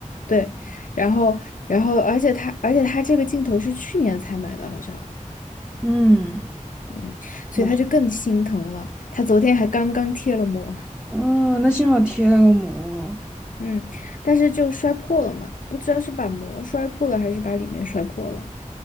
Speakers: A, on the left (about 75°); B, in the centre.
A: 对，然后然后而且他而且他这个镜头是去年才买的，好像，
B: 嗯，
A: 嗯，所以他就更心疼了。
B: 那
A: 他昨天还刚刚贴了膜。
B: 嗯，哦那幸好贴了个膜，
A: 嗯，但是就摔破了嘛，不知道是把膜摔破了还是把里面摔破了。